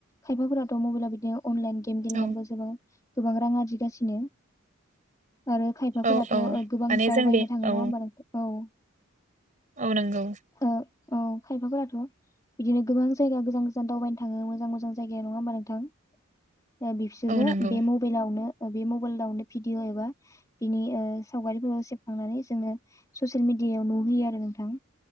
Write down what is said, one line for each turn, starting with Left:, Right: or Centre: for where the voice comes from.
Left: खायफाफोराथ' मबाइलाव बिदिनो अनलाइन गेम गेलेनानैबो
Right: औ
Left: जोङो गोबां रां आरजिगासिनो आरो खायफाफोराथ'
Right: औ औ
Left: ओ गोबां
Right: माने
Left: दावबायनो
Right: जों बे
Left: थाङो
Right: औ
Left: नङा होमबा नोंथ औ
Right: औ नंगौ
Left: ओ औ खायफाफोराथ' बिदिनो गोबां जायगा गोजान गोजान दावबायनो थाङो मोजां मोजां जायगायाव नङा होमबा नोंथां ओ बिसोरबो
Right: औ नंगौ
Left: बे मबाइलावनो ओ बे मबाइलावनो भिडिअ' एबा बिनि ओ सावगारिफोरखौ सेबखांनानै जोङो ससियेल मिड डियायाव नुहोयो आरो नोंथां